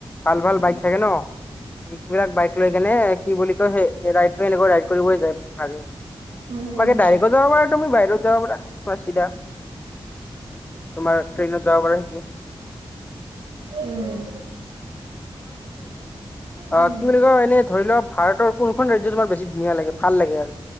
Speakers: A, on the left (about 15°); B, on the right (about 75°).
A: ভাল ভাল বাইক থাকে ন। এইবিলাক বাইক লৈ কেনে কি বুলি কয় সেই ৰাইডে এনেকুৱা ৰাইড কৰিবই যায় ভাগে ভাগে তোমালোকে
B: উম উম
A: ডাইৰেকো
B: তাকেতো
A: যাব পাৰা তুমি বাইকতো যাব পাৰা পুৰা চিধা। তোমাৰ ট্ৰেইনত যাব পাৰা সেতি।
B: উম। উম
A: অ কি বুলি কয় এনে ধৰি লওঁক ভাৰতৰ কোনখন ৰাজ্য তোমাৰ বেছি ধুনীয়া লাগে ভাল লাগে আৰু।